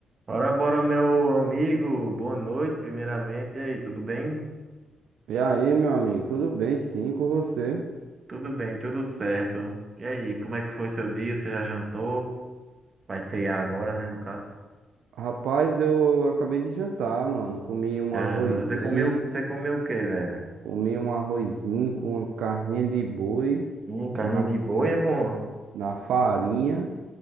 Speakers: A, on the right; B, on the right.
A: Ora, bora, meu amigo. Boa noite, primeiramente. E aí, tudo bem?
B: E aí, meu amigo, tudo bem? Sim, com você?
A: Tudo bem, tudo certo. E aí, como é que foi seu dia? Você já jantou? Vai ceiar agora, né, no caso?
B: Rapaz, eu acabei de jantar, mano. Comi um
A: Já
B: arrozinho,
A: jantou. Você comeu, você comeu o quê, velho?
B: comi um arrozinho com uma carninha de boi
A: Hum, carninha
B: na, f-
A: de boi é bom,
B: na farinha,